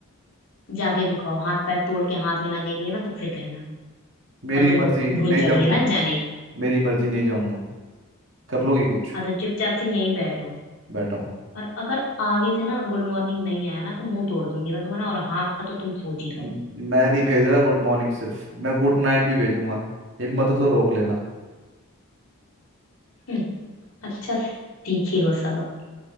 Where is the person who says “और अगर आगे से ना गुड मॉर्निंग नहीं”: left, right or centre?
Left